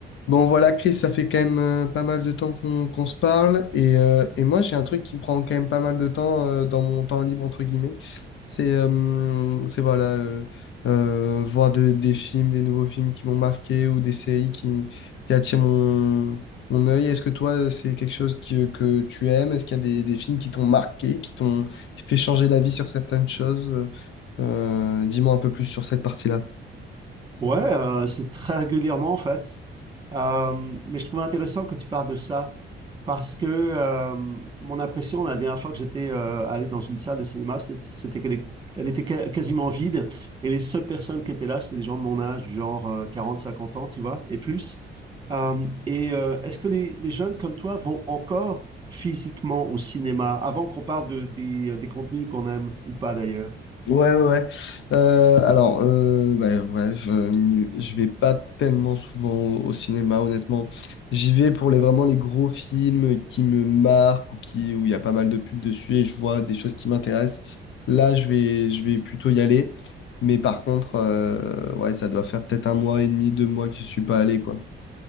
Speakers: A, on the left (about 75°); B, on the right (about 25°).
A: Bon voilà Chris, ça fait quand même euh, pas mal de temps qu'on qu'on se parle et, euh, et moi j'ai un truc qui me prend quand même pas mal de temps euh, dans mon temps libre entre guillemets, c'est euh, c'est voilà euh, euh, voir de- des films, des nouveaux films qui m'ont marqué ou des séries qui, qui attirent mon, mon œil. Est-ce que toi c'est quelque chose qui- euh, que tu aimes? Est-ce qu'il y a des, des films qui t'ont marqué, qui t'ont qui fait changer d'avis sur certaines choses? Euh, dis-moi un peu plus sur cette partie-là.
B: Ouais, euh, c'est très régulièrement en fait. Euh, mais je trouvais intéressant que tu parles de ça parce que euh, mon impression la dernière fois que j'étais euh, allé dans une salle de cinéma, c'est- c'était qu'elle est- elle était ca- quasiment vide et les seules personnes qui étaient là, c'était des gens de mon âge, du genre euh, 40, 50 ans, tu vois, et plus. Euh, et euh, est-ce que les, les jeunes comme toi vont encore physiquement au cinéma avant qu'on parle de, des, euh, des contenus qu'on aime ou pas d'ailleurs?
A: Ouais, ouais. ouais. Euh, alors, euh, bah, ouais, je, n- je vais pas tellement souvent au, au cinéma, honnêtement. J'y vais pour les, vraiment les gros films qui me marquent ou qui, où il y a pas mal de pubs dessus et je vois des choses qui m'intéressent. Là, je vais, je vais plutôt y aller. Mais par contre, euh, ouais, ça doit faire peut-être un mois et demi, deux mois que je suis pas allé, quoi.